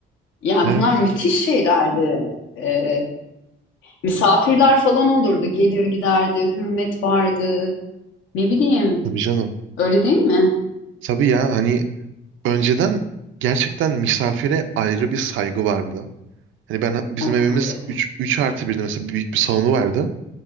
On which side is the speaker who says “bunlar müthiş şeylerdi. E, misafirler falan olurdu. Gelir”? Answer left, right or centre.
Left